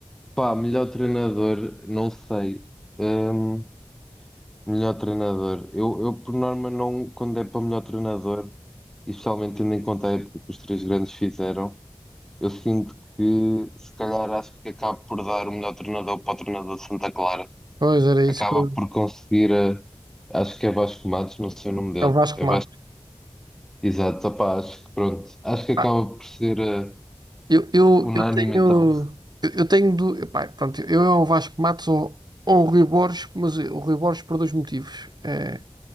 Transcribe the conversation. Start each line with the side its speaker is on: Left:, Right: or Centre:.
Centre: pá, melhor treinador, não sei. Ahm, melhor treinador. Eu, eu, por norma, não, quando é para melhor treinador, e especialmente tendo em conta a época que os três grandes fizeram, eu sinto que, se calhar, acho que acabo por dar o melhor treinador para o treinador de Santa Clara.
Right: Pois era isso
Centre: Acaba
Right: que eu...
Centre: por conseguir, a- acho que é Vasco Matos, não sei o nome dele.
Right: É o Vasco
Centre: É
Right: Matos.
Centre: Exato, opá, acho que pronto, acho que acaba
Right: Ah,
Centre: por ser eh,
Right: eu, eu,
Centre: unânime
Right: eu tenho...
Centre: então.
Right: Eu, eu tenho... Do... Epá, pronto, eu é o Vasco Matos ou, ou o Rui Borges, mas o Rui Borges por dois motivos. É,